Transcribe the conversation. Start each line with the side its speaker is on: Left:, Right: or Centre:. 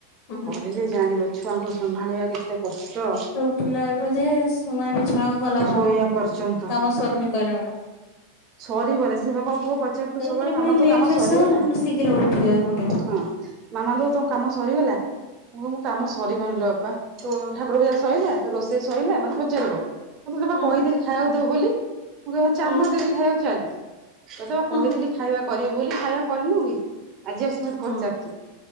Left: ହୁଁ ହୁଁ
Right: କରିଲେ ଜାଣିବ ଛୁଆଙ୍କୁ ସମ୍ଭାଳିବା କେତେ କଷ୍ଟ।
Left: ଉଠିଳା ଆଳୁ ଯେ ସିଏ ମାନେ ବିଛଣାକୁ ଗଲା
Right: ଶୋଇବା
Left: ପନ୍ତ
Right: ପର୍ଯ୍ୟନ୍ତ
Left: କାମ ସରୁନି କହିଲା ଭଳିଆ।
Right: ସରିବନି ସେ ବା ମୋ ପୁଅ ପଚାରୁଥିବ
Left: ସେଇଥିରେ
Right: ସବୁବେଳେ ମାମା
Left: ପୁଣି ଲେଟ
Right: ତୋ କାମ
Left: ରେ
Right: ସରିଗଲା।
Left: ସୋ ଶୀଘ୍ର ଉଠିବାକୁ ପଡିବ।
Right: ହଁ ମାମାଲୋ ତୋ କାମ ସରିଗଲା ପୁଅ ମୋ କାମ
Left: ହୁଁ
Right: ସରିବନିଲୋ ବାପା ତୋ ଠାକୁର ପୂଜା ସଇଲା ତୋ ରୋଷେଇ ସଇଲା ମତେ ପଚାରିବ ତତେ
Left: ହୁଁ
Right: ପା କହିଥିଲି ଖାଇବାକୁ ଦବୁ ବୋଲି। ମୁଁ କହିବି ଚାଲୁନୁ
Left: ହୁଁ
Right: ଜଦି ଖାଇବାକୁ ଚାଲ। ତତେ ବା
Left: ହୁଁ
Right: କହିଥିଲି ଖାଇବା କରିବୁ ବୋଲି ଖାଇବା କରିନୁ କି ଆଜି ଆସି ମତେ
Left: ହୁଁ
Right: ପଚାରୁଛି